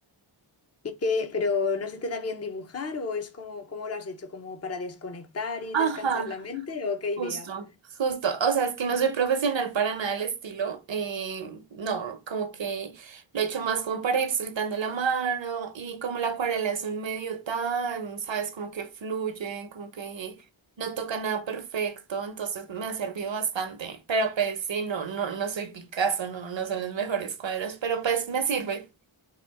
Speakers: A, on the left; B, on the right.
A: ¿Y qué? ¿Pero no se te da bien dibujar o es como, cómo lo has hecho? ¿Como para desconectar
B: <laughs>
A: y
B: Ajá.
A: descansar la mente o qué
B: Justo,
A: idea?
B: justo. O sea, es que no soy profesional para nada del estilo. eh, no, como que lo he hecho más como para ir soltando la mano y como la acuarela es un medio tan, sabes, como que fluye, como que no toca nada perfecto, entonces me ha servido bastante. Pero pues sí, no, no, no soy Picasso, no, no son los mejores cuadros, pero pues me sirve.